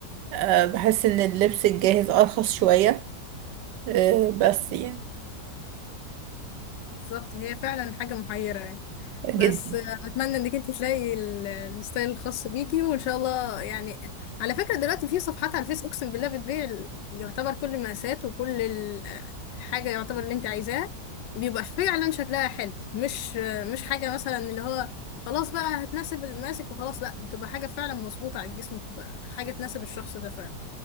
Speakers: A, on the right; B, on the left.
A: آه، بحس إن اللبس الجاهز أرخص شوية آه، بس يعني
B: بالظبط هي فعلا حاجه محيره يعني
A: جدا
B: بس آه، اتمنى انك انت تلاقي ال- الستايل الخاص بيكي وان شاء الله يعني على فكره دلوقتي في صفحات على الفيس اقسم بالله بتبيع ال- يعتبر كل المقاسات وكل ال- آه، الحاجه يعتبر اللي انت عايزاها وبيبقى فعلا شكلها حلو مش آه، مش حاجه مثلا اللي هو خلاص بقى هتناسب الماسك وخلاص لا بتبقى حاجه فعلا مظبوطه على الجسم بتبقى حاجه تناسب الشخص ده فعلا